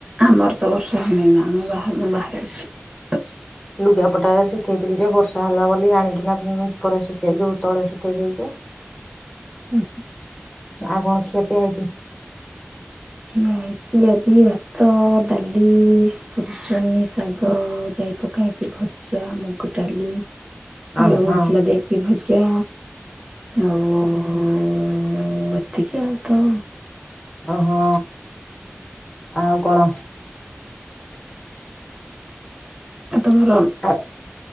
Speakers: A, on the right (about 20°); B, on the left (about 20°).
A: ଆମର ତ ବର୍ଷା ହେଉନି ନା ଆମେ ବାହ ବାହାରେ ଅଛି।
B: ଲୁଗାପଟା ଟା ଶୁଖେଇଥିଲି ଯେ ବର୍ଷା ହେଲା ବୋଲି ଆଣିକିନା ଉପରେ ଶୁଖେଇୁ ତଳେ ଶୁଖେଇ ଦେଇଛୁ।
A: ହୁ।
B: ଆଉ କଣ କ୍ଷତି ହେଇଛି।
A: ଖିଆ ହେଇଛି ଆଜି ଭାତ ଡାଲି ସୁଜନୀ ଶାଗ ଯାଇ। ପକାହେଇଛି ଭଜା ମୁଗ ଡାଲି। ଆଳୁ
B: ଅ ହଁ
A: ମସଲା ଦେଇକି ଭଜା ଆଉ। ହଁ ଏତିକି ଆଉ ତ।
B: ଓହୋ ଆଉ କଣ।
A: ତମର
B: ଆ